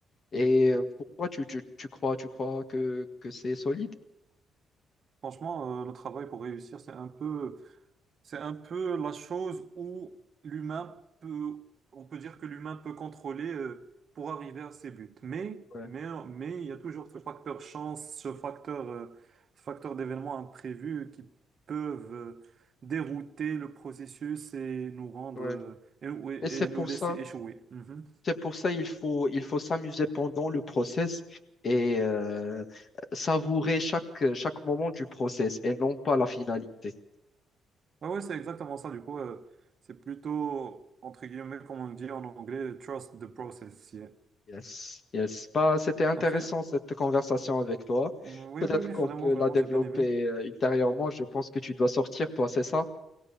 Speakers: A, on the left; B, on the right.
A: Et euh, pourquoi tu, tu, tu crois, tu crois que, que c'est solide?
B: Franchement, euh, le travail pour réussir, c'est un peu, c'est un peu la chose où l'humain peut, on peut dire que l'humain peut contrôler, euh, pour arriver à ses buts. Mais,
A: Ouais,
B: mais, mais il y a toujours ce facteur chance, ce facteur, euh, ce facteur d'événements imprévus qui peuvent, euh, dérouter le processus et nous rendre,
A: ouais.
B: euh, et, ouais,
A: Et
B: et-
A: c'est
B: nous
A: pour
B: laisser
A: ça,
B: échouer. Mhm.
A: c'est pour ça il faut, il faut s'amuser pendant le process et euh, savourer chaque, chaque moment du process et non pas la finalité.
B: Ouais, ouais, c'est exactement ça. Du coup, euh, c'est plutôt, entre guillemets, comme on dit en anglais, trust the process. yeah.
A: Yes, yes. Bah, c'était intéressant
B: Après,
A: cette conversation avec toi.
B: Oui,
A: Peut-être
B: oui, oui,
A: qu'on
B: vraiment,
A: peut
B: vraiment,
A: la développer
B: j'ai bien aimé.
A: euh, ultérieurement. Je pense que tu dois sortir, toi, c'est ça?